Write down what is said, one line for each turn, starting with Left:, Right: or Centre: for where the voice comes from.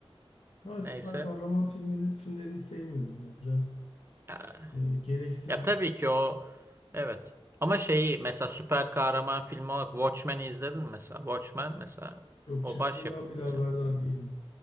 Left: Ha,
Right: Neyse.
Left: süper kahraman filminin filmlerini sevmiyorum ya. Biraz
Right: Ya,
Left: e, gereksiz
Right: ya tabii
Left: bir
Right: ki o evet. Ama şeyi mesela süper kahraman filmi olarak Watchmen'i izledin mi mesela. Watchmen mesela
Left: Yok
Right: o
Left: çıktığından
Right: başyapıt
Left: bile
Right: mesela.
Left: haberdar değilim.